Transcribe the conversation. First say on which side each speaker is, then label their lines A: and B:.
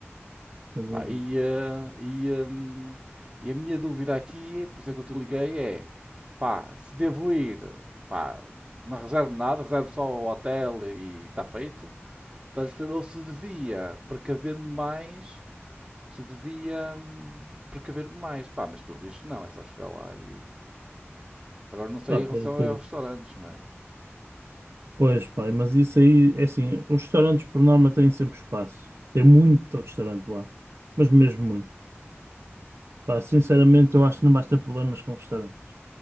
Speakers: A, on the right; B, on the right.
A: sem dúvida.
B: Pá, e, eh, e, hum, e a minha dúvida aqui, por isso é que eu te liguei, é pá, se devo ir, pá, não reservo nada, reservo só o hotel e está feito, estás a perceber? ou se devia precaver-me mais, se devia hum, precaver-me mais, pá, mas pelo visto não, é só chegar lá e. Agora não sei
A: Pá,
B: em relação
A: pelo que-
B: a restaurantes, não é?
A: pois, pá, mas isso aí, é assim, os restaurantes por norma têm sempre espaço. Tem muito restaurante lá, mas mesmo muito. Pá, sinceramente, eu acho que não vais ter problemas com restaurantes.